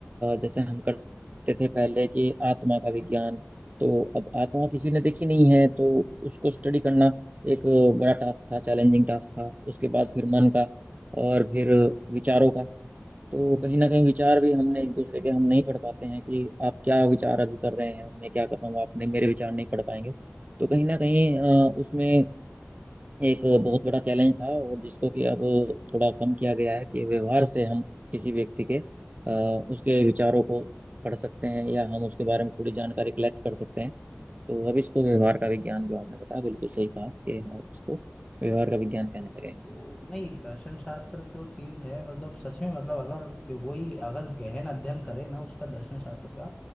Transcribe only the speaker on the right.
जैसे हम करते थे पहले कि आत्मा का विज्ञान तो अब आत्मा किसी ने देखी नहीं है तो उसको स्टडी करना एक अ, बड़ा टास्क था चैलेंजिंग टास्क था उसके बाद फिर मन का और फिर विचारों का तो
कहीं ना कहीं विचार भी हमने एक दूसरे के हम नहीं पढ़ पाते हैं कि आप क्या विचार अभी कर रहे हैं मैं क्या कर रहा हूँ आपने मेरे विचार नहीं पढ़ पाएंगे तो कहीं ना कहीं अ, उसमें एक बहुत बड़ा चैलेंज था और जिसको कि अब थोड़ा कम किया गया है कि व्यवहार से हम किसी व्यक्ति के अ, उसके विचारों को पढ़ सकते हैं या हम उसके बारे में थोड़ी जानकारी कलेक्ट कर सकते हैं तो अब इसको व्यवहार का विज्ञान जो आपने बताया बिल्कुल सही कहा कि हाँ इसको व्यवहार का विज्ञान कहने
लगे
हैं